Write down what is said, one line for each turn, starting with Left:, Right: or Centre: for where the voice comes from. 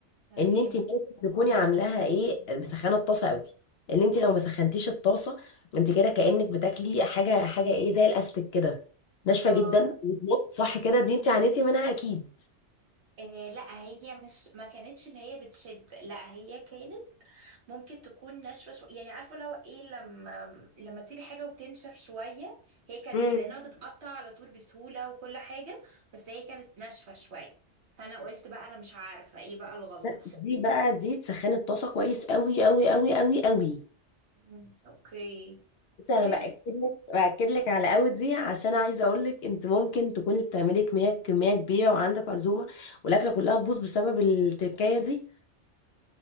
Right: تمام
Left: ان انت لازم تكوني عاملاها ايه مسخنه الطاسه قوي ان انت لو ما سخنتيش الطاسه انت كده كانك بتاكلي حاجه حاجه ايه زي الاستك كده ناشفه
Right: اه
Left: جدا بتمط صح كده دي انت عانيتي منها اكيد
Right: آه لا هي مش ما كانتش اللي هي بتشد لا هي كانت ممكن تكون ناشفه شويه يعني عارفه لو ايه لما لما تسيبي حاجه وتنشف شويه هي كانت
Left: مم.
Right: كده انها مم. تتقطع على طول بسهوله وكل حاجه بس هي كانت ناشفه شويه فانا قلت بقى انا مش عارفه ايه بقى الغلطه
Left: دي بقى دي تسخني الطاسه كويس قوي قوي قوي قوي قوي
Right: مم، اوكي
Left: بس
Right: طيب
Left: انا باكد لك باكد لك على قوي دي عشان عايزه اقول لك انت ممكن تكوني بتعملي كميه كميه كبيره وعندك عزومه والاكله كلها تبوظ بسبب التكايه دي